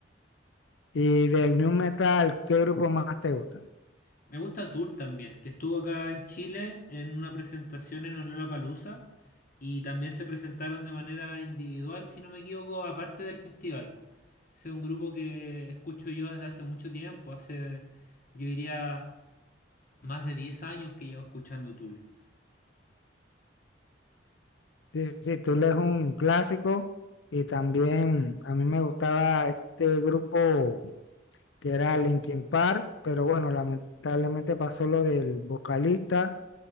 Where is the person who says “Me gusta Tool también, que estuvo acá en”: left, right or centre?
Left